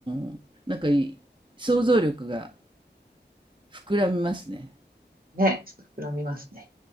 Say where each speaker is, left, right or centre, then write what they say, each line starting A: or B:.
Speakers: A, on the right; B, on the right.
A: ん。なんかいい想像力が膨らみますね。
B: え、ねちょっと膨らみますね。